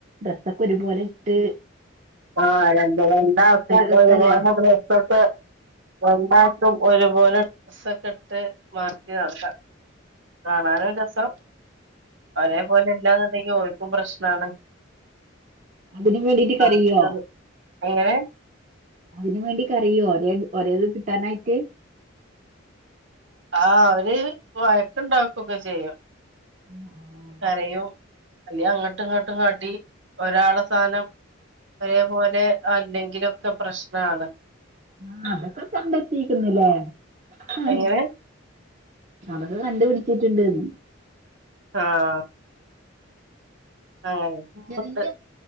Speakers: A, on the right; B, on the right.
A: ഡ്രസ്സൊക്കെ ഒരുപോലെട്ട്
B: ആ രണ്ട് രണ്ടാൾക്കും
A: രസല്ലേ
B: ഒരുപോലെ ഡ്രെസ്സ്ട്ട് ഒന്നായിട്ടും ഒരുപോലെ ഡസ്സക്കെ ഇട്ട് മാറ്റി നടക്കാം കാണാനും രസം ഒരേപോലെ ഇല്ലാന്നുണ്ടെങ്കിഓ ക്കും പ്രശ്നാണ്
A: അതിന് വേണ്ടിട്ട് കരിയുവോ
B: അവർക്കത് എങ്ങനെ
A: അതിനന് വേണ്ടിക്ക് കരയോ ഒര ഒരേത് കിട്ടാനായിട്ട്
B: ആഹ് അവര് വയക്കുണ്ടാക്കൊക്കെ ചെയ്യും
A: <inaudible>
B: കരയും അല്ല അങ്ങോട്ടും ഇങ്ങോട്ടും കാട്ടി ഒരാള സാധാനം ഒരേപോലെ അല്ലെങ്കിലൊക്കെ പ്രശ്നമാണ്
A: ആഹ് അതൊക്കെ കണ്ടെത്തിക്കിന്നില്ലേ ഹ്‌
B: എങ്ങനെ
A: അതൊക്കെ കണ്ടുപിടിച്ചിട്ടുണ്ട്ന്ന്
B: ആഹ് അങ്ങനെ കോട്ട്
A: ചെറിയ